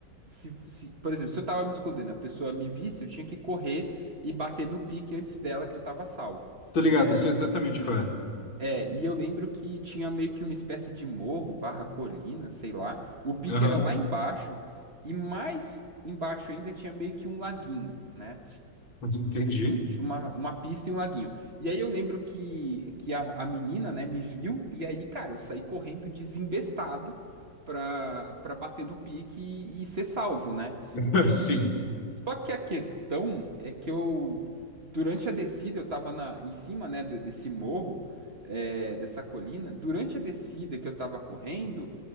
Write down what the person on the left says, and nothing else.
Tô ligado,
sei exatamente qual é.
Aham,
<laughs> entendi.
<laughs>
Sim.